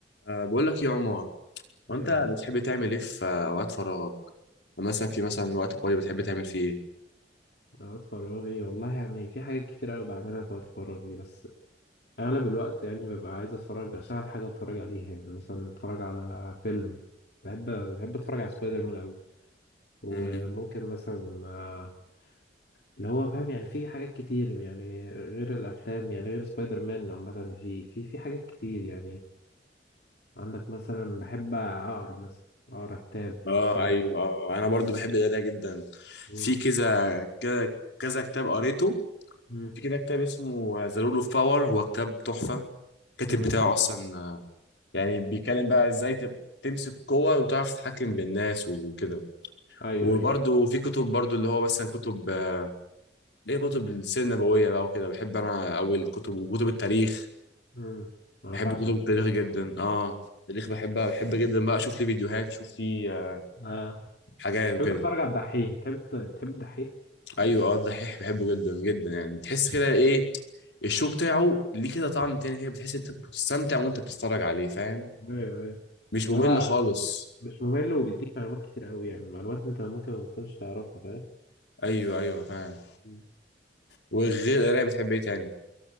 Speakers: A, on the left (about 80°); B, on the left (about 65°).
A: أه بقول لك يا عمر
B: ايه
A: هو انت بتحب تعمل ايه في آه، اوقات فراغك مثلا في مثلا وقت فاضي بتحب تعمل فيه ايه
B: اوقات فراغي والله يعني في حاجات كتير قوي بعملها في وقت فراغي بس اغلب الوقت يعني ببقى عايز اتفرج اشغل حاجه اتفرج عليها يعني مثلا اتفرج على فيلم بحب بحب اتفرج على سبايدر مان قوي وممكن
A: امم
B: مثلا آه، اللي هو فاهم يعني في حاجات كتير يعني غير الافلام يعني غير سبايدر مان عامه في في في حاجات كتير يعني عندك مثلا بحب اقرا مثلا اقرا كتاب
A: اه
B: ساعات
A: ايوه آه. انا برضو
B: م-
A: بحب القرايه جدا
B: م-
A: في كذا كذا كذا كتاب قريته
B: م-
A: في كده كتاب اسمه ذا رول اوف باور هو كتاب تحفه الكاتب
B: م-
A: بتاعه اصلا آه، يعني بيتكلم بقى ازاي تبقى تمسك قوه وتعرف تتحكم بالناس وكده
B: ايوه
A: وبرضو
B: ايوه
A: في كتب برضو اللي هو مثلا كتب آه، ليه كتب السيره النبويه بقى وكده بحب انا قوي الكتب وكتب التاريخ
B: مم. انا
A: بحب
B: بعشق
A: كتب التاريخ
B: التاريخ
A: جدا
B: بصراحه
A: اه التاريخ بحبها بحب جدا بقى اشوف ليه فيديوهات واشوف ليه آه،
B: اه
A: حاجات وكده
B: بتحب تتفرج على الدحيح بتحب الت- بتحب الدحيح
A: ايوه اه الدحيح بحبه جدا جدا يعني تحس كده ايه الشو بتاعه ليه كده طعم تاني كده بتحس انت بتستمتع وانت بتتفرج عليه فاهم
B: ايوه ايوه
A: مش
B: اللي
A: ممل
B: هو
A: خالص
B: مش ممل وبيديك معلومات كتير قوي يعني معلومات انت ممكن ما تكونش تعرفها فاهم
A: ايوه ايوه فاهم
B: مم.
A: وغير القرايه بتحب ايه تاني